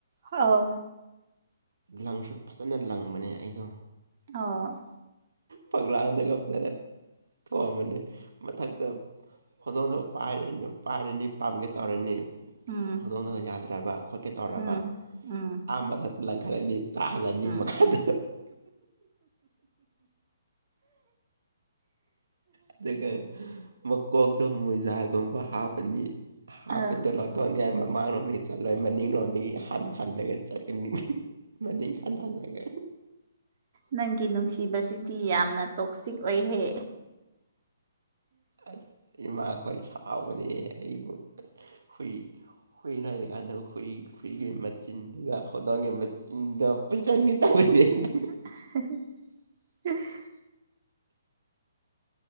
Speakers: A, on the right; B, on the right.
A: ꯑꯣ
B: ꯂꯪꯁꯨ ꯐꯖꯅ ꯂꯪꯕꯅꯦ ꯑꯩꯗꯣ
A: ꯑꯣ
B: ꯄꯛꯂꯥꯡꯗꯒ ꯐꯖꯅ ꯊꯣꯝꯃꯗꯤ ꯃꯊꯛꯇ ꯍꯧꯗꯣꯡꯗꯣ ꯄꯥꯏꯔ ꯄꯥꯏꯔꯅꯤ ꯄꯥꯝꯒꯦ ꯇꯧꯔꯅꯤ
A: ꯎꯝ
B: ꯇꯧꯗꯣꯡꯅ ꯌꯥꯗ꯭ꯔꯕ ꯈꯣꯠꯀꯦ ꯇꯧꯔꯕ
A: ꯎꯝ ꯎꯝ
B: ꯑꯥ ꯃꯊꯛꯇ ꯂꯪꯈꯠꯂꯅꯤ ꯇꯥꯍꯜꯂꯅꯤ
A: ꯎꯝ
B: ꯃꯈꯥꯗ ꯑꯗꯨꯒ ꯃꯀꯣꯛꯇꯣ ꯃꯣꯖꯥꯒꯨꯝꯕ ꯍꯥꯞꯄꯅꯤ ꯍꯥꯞꯄꯗꯣ
A: ꯑ
B: ꯂꯧꯊꯣꯛꯅꯤꯉꯏ ꯃꯃꯥꯡꯂꯣꯝꯗꯒꯤ ꯆꯠꯂꯣꯏ ꯃꯅꯤꯡꯂꯣꯝꯗꯒꯤ ꯍꯟ ꯍꯜꯂꯒ ꯆꯠꯀꯅꯤ ꯃꯅꯤ ꯈꯥꯟꯅꯅ ꯂꯒꯦ
A: ꯅꯪꯒꯤ ꯅꯨꯡꯁꯤꯕꯁꯤꯗꯤ ꯌꯥꯝꯅ ꯇꯣꯛꯁꯤꯛ ꯑꯣꯏꯍꯦ
B: ꯑꯁ ꯏꯃꯥꯈꯣꯏ ꯁꯥꯎꯕꯅꯦ ꯑꯩꯕꯨ ꯑꯁ ꯍꯨꯏ ꯍꯨꯏ ꯂꯩꯔꯤ ꯀꯥꯟꯗ ꯍꯨꯏ ꯍꯨꯏꯒꯤ ꯃꯆꯤꯟꯗꯨꯗ ꯍꯧꯗꯣꯡꯒꯤ ꯃꯆꯤꯟꯗꯨ ꯄꯨꯁꯟꯈꯤ ꯇꯧꯕꯅꯤ ꯑꯩꯗꯤ
A: <unintelligible>